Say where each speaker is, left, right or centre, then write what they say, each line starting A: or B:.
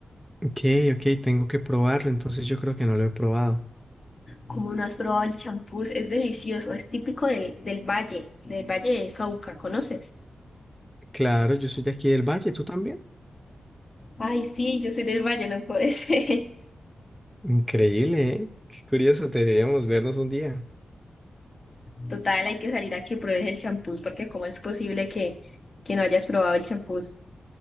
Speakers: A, in the centre; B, on the left.
A: ok, ok, tengo que probarlo, entonces yo creo que no lo he probado.
B: cómo no has probado el champús? Es delicioso, es típico del, del valle, del valle del Cauca, ¿conoces?
A: Claro, yo soy de aquí del Valle, ¿tú también?
B: Ay, sí, yo soy del Valle, no ese.
A: Increíble, ¿eh? Qué curioso, deberíamos vernos un día.
B: <laughs> Total, hay que salir a que pruebes el champús, porque cómo es posible que, que no hayas probado el champús.